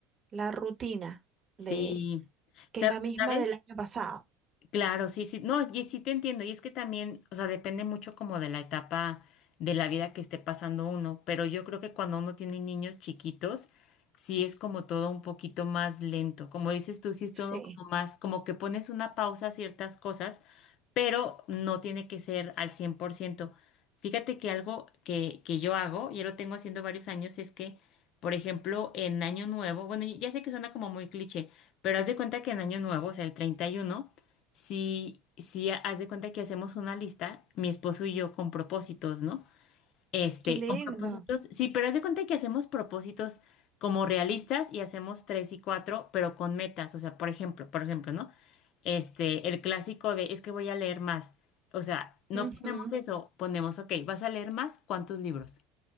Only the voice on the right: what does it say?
la rutina
de que
es la misma
del año pasado.
Sí,
qué lindo.
Claro,